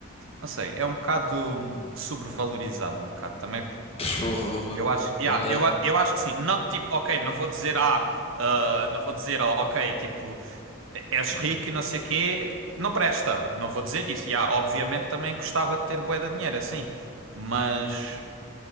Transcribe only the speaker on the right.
não sei, é um bocado hum, sobrevalorizado um bocado também
eu acho, yeah,
eu, a- eu acho que sim. Não, tipo, ok, não vou dizer, ah, ah, não vou dizer, oh, ok, tipo, és rico e não sei quê, não presta. Não vou dizer isso. Yeah, obviamente também gostava de ter bué de dinheiro, assim. Mas,